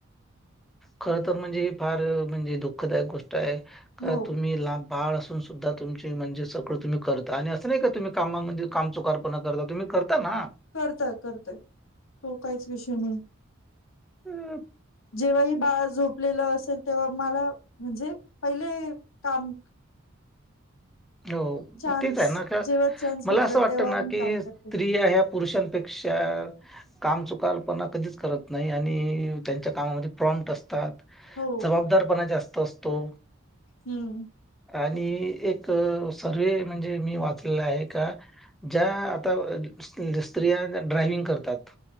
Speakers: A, in the centre; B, on the left (about 80°).
A: खर तर म्हणजे फार म्हणजे दुःखदायक गोष्ट आहे
B: हो
A: तुम्ही लाभ बाळ असून सुद्धा तुमचे म्हणजे सगळं तुम्ही करता आणि असं नाही का तुम्ही कामामध्ये काम चुकारपना करता तुम्ही करता ना.
B: करतोय करतोय तो काहीच विषय नाही
A: हम्म
B: जेव्हा ही बाळ झोपलेलं असेल तेव्हा मला म्हणजे पहिले काम
A: हो
B: चान्स
A: तेच आहे ना का
B: जेव्हा चान्स
A: मला
B: भेटला
A: असं वाटत
B: तेव्हा
A: ना
B: मी
A: की
B: काम करते
A: स्त्रिया ह्या पुरुषांपेक्षा काम चुकारपणा कधीच करत नाही आणि त्यांच्या कामामध्ये प्र असतात
B: हो
A: जबदारपणा जास्त असतो
B: हम्म
A: आणि एक सर्वे म्हणजे मी वाचलेला आहे का ज्या आता स्त्रिया ड्रायविंग करतात